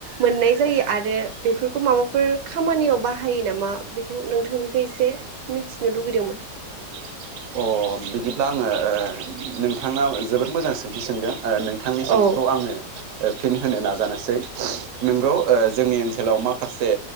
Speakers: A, on the right; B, on the right.
A: मोननाय जायो आरो आरो बेफोरखौ माबाफोर खामानियाव बाहायो नामा बेखौ नोंथांनिफ्राय एसे मिथिनो लुबैयो मोन
B: अ बिदिब्ला आङो नोंथाङा जोबोद मोजां सोंथि सोंदों नोंथांनि सोंथिखौ
A: औ
B: आंनो फिन होनो नाजानोसै नोंगौ जोंनि ओनसोलाव माखासे